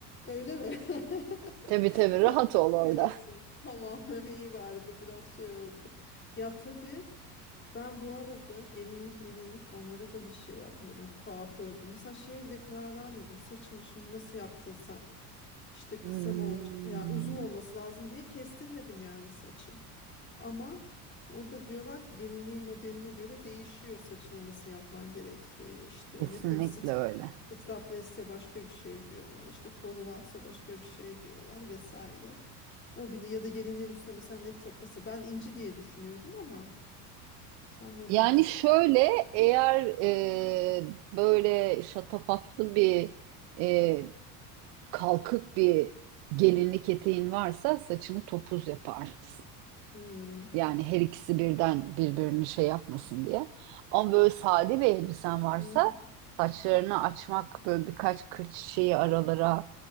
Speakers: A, on the left; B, on the right.
A: öyle mi? <laughs>
B: Tabii tabii
A: Ta-
B: rahat ol orada.
A: diyorsun. Tamam <laughs> iyi bari bu biraz şey oldu. Ya tabii Ben bu arada gelinlik melinlik onlara da hiç şey yapmadım. Kuafördün. Mesela şeye bile karar vermedim. Saçımı şimdi nasıl yaptırsam. İşte kısa
B: Hmm,
A: mı olacak? Yani uzun olması lazım diye kestirmedim yani saçı. Ama o da diyorlar ki gelinliğin modeline göre değişiyor saçını nasıl yapman gerektiği. İşte
B: kesinlikle
A: ne bileyim stra-
B: öyle.
A: straplesse başka bir şey diyorlar. İşte kolu varsa başka bir şey diyorlar vesaire. O bile ya da gelinliğin üstüne mesela ne takısı. Ben inci diye düşünüyordum ama. Sen ne
B: Yani
A: dersin?
B: şöyle eğer e, böyle şatafatlı bir e, kalkık bir gelinlik eteğin varsa saçını topuz yaparsın.
A: Hmm,
B: Yani her ikisi birden birbirini şey yapmasın diye. Ama böyle sade bir elbisen varsa
A: mhm,
B: saçlarını açmak böyle birkaç kırç şeyi aralara